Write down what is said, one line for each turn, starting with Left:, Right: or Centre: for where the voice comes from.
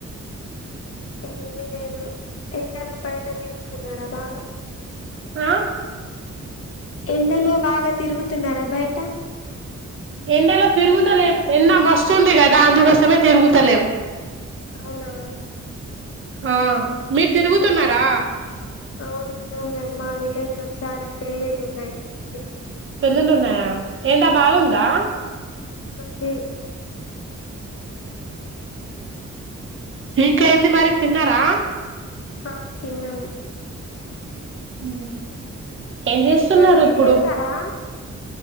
Left: ఏమి లేదు ఎండలో బయట తిరుగుతున్నారా బాగా
Right: ఆ
Left: ఎండలో బాగా తిరుగుతున్నారా బయట
Right: ఎండలో తిరుగుతలేం ఎండ మస్తుంది కదా అందుకోసమే తిరుగుతలేం
Left: అవునా
Right: ఆ మీరు తిరుగుతున్నారా
Left: అవును బ్రో మేము మా విలేజ్ లో చాలా పెల్లి ళ్ళు ఉన్నాయి తిరు
Right: పెళ్లిలు ఉన్నాయా ఎండ బాగుందా
Left: మేమండి
Right: ఇంకా ఎంది మరి తిన్నారా
Left: ఆ తిన్నాము
Right: హు ఏం చేస్తున్నారు
Left: మీరు టెంపుల్
Right: ఇప్పుడు
Left: కి వెళ్తారా